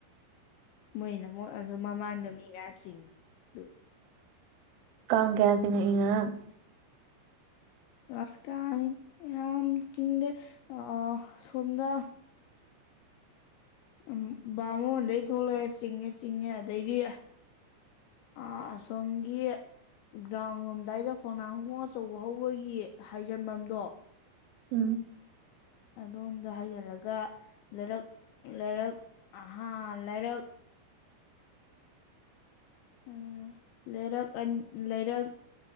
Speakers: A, on the left; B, on the right.
A: ꯃꯣꯏꯅ ꯃꯨꯛ ꯑꯗꯨ ꯃꯃꯥꯡꯗ ꯃꯤ ꯃꯌꯥꯝ ꯆꯤꯡꯉꯤ ꯑꯗꯨ
B: ꯀꯥꯡ ꯀꯌꯥ ꯆꯪꯉꯛꯏ ꯉꯔꯥꯡ
A: ꯑꯁ ꯀꯥꯡ ꯌꯥꯝ ꯆꯤꯡꯗꯦ ꯑ ꯑꯁꯣꯝꯗ ꯑꯝ ꯕꯥꯃꯣꯟꯗꯩ ꯊꯣꯛꯂꯛꯑꯦ ꯆꯤꯡꯉꯦ ꯆꯤꯡꯉꯦ ꯑꯗꯩꯗꯤ ꯑ ꯑꯁꯣꯝꯒꯤ ꯒ꯭ꯔꯥꯎꯟ ꯂꯣꯝꯗꯥꯏꯗ ꯈꯣꯡꯅꯥꯡꯒꯣꯡ ꯑꯆꯧꯕ ꯍꯧꯕꯒꯤ ꯍꯥꯏꯖꯟꯕꯝꯗꯣ
B: ꯎꯝ
A: ꯑꯗꯣꯝꯗ ꯍꯩꯖꯜꯂꯒ ꯂꯩꯔꯛ ꯂꯩꯔꯛ ꯑꯍꯥ ꯂꯩꯔꯛ ꯎꯝ ꯂꯩꯔꯛ ꯑꯟ ꯂꯩꯔꯛ